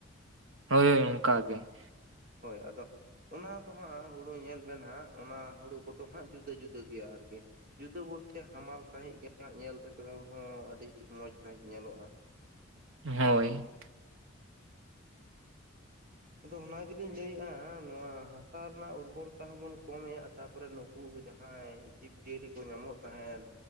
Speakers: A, on the right; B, on the right.
A: ᱦᱳᱭ ᱦᱳᱭ ᱚᱱᱠᱟ ᱜᱮ
B: ᱦᱳᱭ ᱟᱫᱚ ᱚᱱᱟ ᱫᱚ ᱦᱟᱸᱜ ᱦᱩᱲᱩ ᱧᱮᱞ ᱵᱮᱱ ᱦᱟᱸᱜ ᱚᱱᱟ ᱦᱩᱲᱩ ᱠᱚᱫᱚ ᱦᱟᱸᱜ ᱡᱩᱫᱟᱹ ᱡᱩᱫᱟᱹ ᱜᱮᱭᱟ ᱟᱨᱠᱤ᱾ ᱡᱩᱫᱟᱹ ᱵᱚᱞᱛᱮ ᱦᱟᱢᱟᱞ ᱥᱟᱹᱦᱤᱡ ᱜᱮ ᱧᱮᱞ ᱠᱚᱛᱮ ᱦᱚᱸ ᱟᱹᱰᱤ ᱢᱚᱸᱡᱽ ᱥᱟᱹᱦᱤᱡ ᱧᱮᱞᱚᱜᱼᱟ᱾
A: ᱦᱳᱭ
B: ᱟᱫᱚ ᱚᱱᱟ ᱜᱮᱞᱤᱧ ᱞᱟᱹᱭᱮᱜᱼᱟ ᱱᱚᱣᱟ ᱦᱟᱥᱟ ᱨᱮᱱᱟᱜ ᱩᱨᱵᱚᱨᱚᱛᱟ ᱦᱚᱸᱵᱚᱱ ᱠᱚᱢᱮᱜᱼᱟ ᱛᱟᱯᱚᱨᱮ ᱱᱩ ᱩᱱᱠᱩ ᱡᱟᱦᱟᱸᱭ ᱡᱤᱵᱽ ᱡᱤᱭᱟᱹᱞᱤ ᱠᱚ ᱧᱟᱢᱚᱜ ᱛᱟᱦᱮᱸᱫ